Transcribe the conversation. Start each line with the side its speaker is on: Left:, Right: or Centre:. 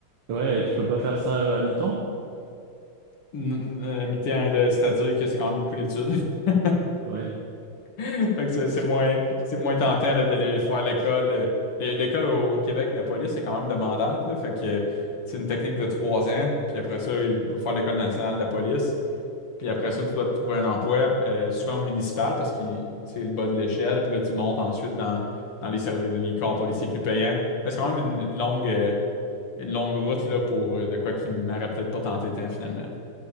Right: Ouais, tu peux pas faire ça euh, à mi-temps?
Left: N- n- euh, mi-temps, là, c'est-à-dire que c'est quand même beaucoup d'études. <laughs>
Right: Ouais.
Left: Fait que c'est c'est moins, c'est moins tentant là, d'aller faire l'école. euh, l'é- L'école au, au Québec, la police est quand même demandante, là. Fait que euh, c'est une technique de trois ans. Puis après ça, il faut faire l'école nationale de la police. Puis après ça, tu dois te trouver un emploi, euh, souvent au municipal, parce que c'est le bas de l'échelle. Puis là, tu montes ensuite dans, dans les services, les corps policiers plus payants. Fait que C'est quand même une, une longue, euh, une longue route là, pour euh, de quoi qui m'aurait peut-être pas tenté tant finalement.